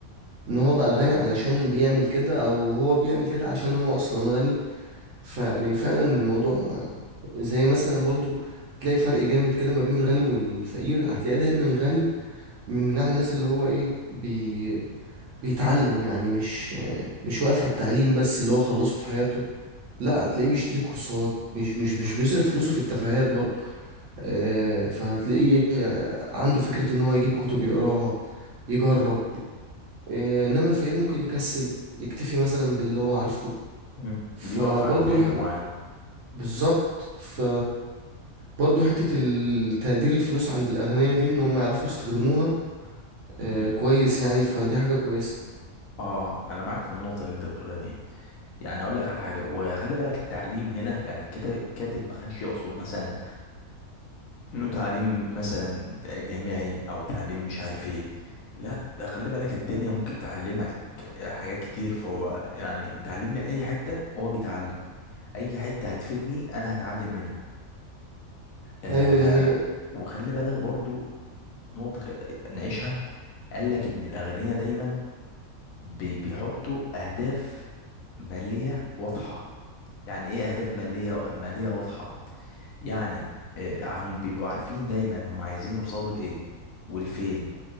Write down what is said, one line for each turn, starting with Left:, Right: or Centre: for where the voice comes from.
Right: ان هو بقى غني علشان بيعمل كده او هو بيعمل كده عشان هو اصلا غني فيعني فعلا الموضوع زي مثلا برضو تلاقي فرق جامد كده ما بين الغني والفقير هتلاقي دايما الغني من نوع الناس اللي هو ايه بي بيتعلم يعني مش مش واقف على التعليم بس اللي هو خلصه في حياته لا هتلاقيه بيشتري كورسات مش مش مش بيصرف فلوسه في التفاهات برضه آه، فهتلاقيه آه، عنده فكرة إن هو يجيب كتب يقراها يجرب آه، إنما الفقير ممكن يكسل يكتفي مثلا باللي هو عارفه
Left: مم.
Right: فبرضه
Left: بيقف عند حتة
Right: الحاجات
Left: معينة
Right: بالظبط ف برضه حتة التقدير الفلوس عند الأغنياء دي إن هم يعرفوا يستخدموها آه،
Left: مم.
Right: كويس يعني فدي حاجة كويسة
Left: اه انا معاك في النقطة اللي انت بتقولها دي يعني اقول لك على حاجة وخلي بالك التعليم هنا يعني الكتا- الكاتب ما كانش يقصد مثلا انه تعليم مثلا جامعي او تعليم مش عارف ايه لا ده خلي بالك الدنيا ممكن تعلمك حاجات كتير فهو يعني التعليم من اي حتة هو بيتعلم اي حتة هتفيدني انا هتعلم منها آه
Right: أيوة دي حقيقة
Left: وخلي بالك برضو نقطة خ- ناقشها قال لك ان الاغنياء دايما بي- بيحطوا اهداف مالية واضحة يعني ايه اهداف مالية مالية واضحة يعني آه، هم بيبقوا عارفين دايما هم عايزين يوصلوا لايه والفين